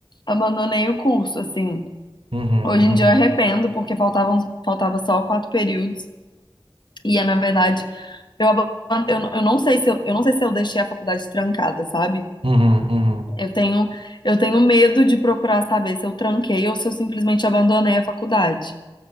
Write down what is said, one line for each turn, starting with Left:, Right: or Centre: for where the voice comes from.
Left: abandonei o curso, assim.
Right: uhum,
Left: Hoje
Right: uhum,
Left: em dia eu arrependo, porque faltavam, faltava só quatro períodos. E, é, na verdade, eu, aban- eu, eu não sei se eu, eu não sei se eu deixei a faculdade trancada, sabe?
Right: uhum, uhum.
Left: Eu tenho, eu tenho medo de procurar saber se eu tranquei ou se eu simplesmente abandonei a faculdade.